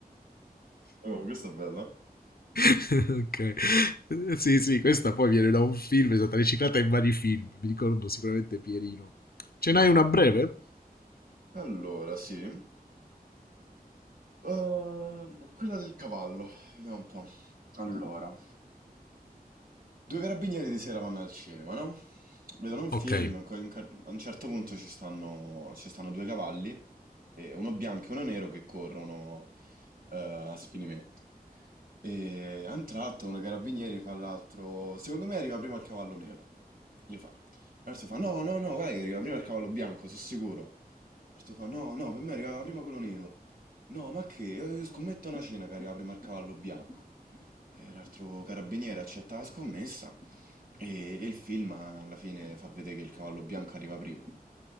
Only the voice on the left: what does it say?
<laughs> ok. <laughs> Sì, sì, questa poi viene da un film, è stata riciclata in vari film. Mi ricordo sicuramente Pierino. Ce
n'hai una breve?
Ok.